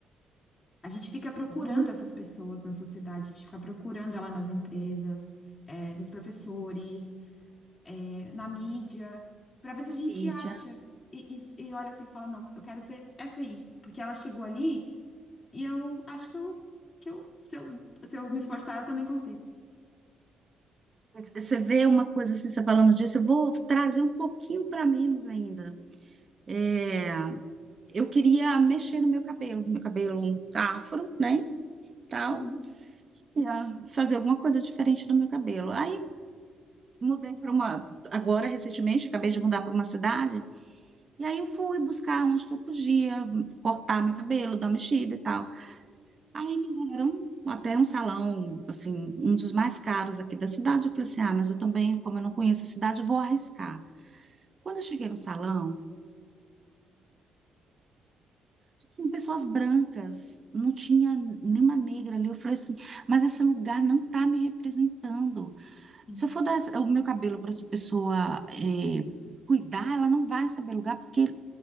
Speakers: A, on the left; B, on the right.
A: A gente fica procurando
B: Muito,
A: essas pessoas na sociedade, a gente fica procurando ela nas empresas, é, nos professores, é, na mídia, para ver se a gente
B: Bíblia.
A: acha. E, e, e olha assim, e fala, não, eu quero ser essa aí, porque ela chegou ali e eu acho que eu, que eu, se eu, se eu me esforçar, eu também consigo.
B: Você vê uma coisa assim, você falando disso, eu vou trazer um pouquinho para menos ainda. É, eu queria mexer no meu cabelo, meu cabelo afro, né, tal,
A: Uhum,
B: e, ah, fazer alguma coisa diferente do meu cabelo. Aí mudei para uma, agora recentemente, acabei de mudar para uma cidade, e aí eu fui buscar onde que eu podia cortar meu cabelo, dar uma mexida e tal. Aí me deram até um salão, assim, um dos mais caros aqui da cidade. Eu falei assim, ah, mas eu também, como eu não conheço a cidade, vou arriscar. Quando eu cheguei no salão, só tinham pessoas brancas, não tinha nenhuma negra ali. Eu falei assim, mas esse lugar não está me representando.
A: sim,
B: Se eu for dar esse- o meu cabelo para essa pessoa eh, cuidar, ela não vai saber lugar, porque